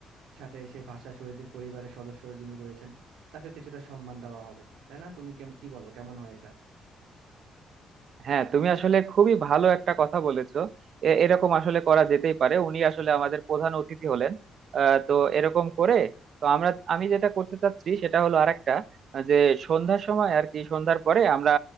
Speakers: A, on the right; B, on the right.
A: সাথে সেই ভাষা শহীদদের পরিবারের সদস্য যিনি রয়েছেন তাকেও কিছুটা সম্মান দেওয়া হবে তাই না তুমি কেম- কি বলো কেমন হয় এটা
B: হ্যাঁ তুমি আসলে খুবই ভালো একটা কথা বলেছো এ- এরকম আসলে করা যেতেই পারে উনি আসলে আমাদের প্রধান অতিথি হলেন আহ, তো এরকম করে তো আমরা আমি যেটা করতে চাচ্ছি সেটা হলো আরেকটা আহ, যে সন্ধ্যার সময় আর কি সন্ধ্যার পরে আমরা